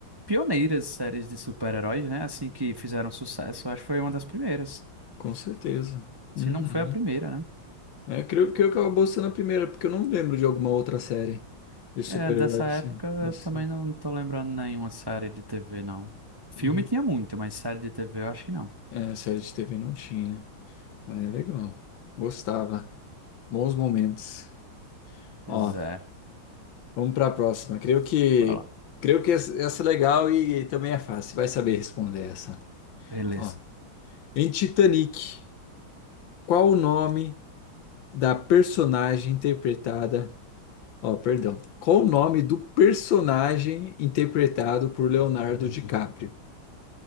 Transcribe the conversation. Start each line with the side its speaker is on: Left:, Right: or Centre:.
Right: pioneiras séries de super-heróis, né? Assim que fizeram sucesso. Acho que foi uma das primeiras.
Left: Com certeza.
Right: Se
Left: Uhum.
Right: não foi a primeira, né?
Left: É, creio, creio que acabou sendo a primeira, porque eu não lembro de alguma outra série de super-heróis
Right: É, dessa
Left: assim,
Right: época eu
Left: desse-
Right: também não tô lembrando nenhuma série de TV, não. Filme
Left: Uhum.
Right: tinha muito, mas série de TV eu acho que não.
Left: É, série de TV não tinha, mas é legal. Gostava. Bons momentos.
Right: Pois
Left: Ó,
Right: é,
Left: vamos para a próxima. Creio que
Right: bora lá.
Left: creio que essa essa é legal e também é fácil. Vai saber responder essa.
Right: Beleza.
Left: Ó, em Titanic. Qual o nome da personagem interpretada? Ó, perdão. Qual o nome do personagem interpretado por Leonardo DiCaprio?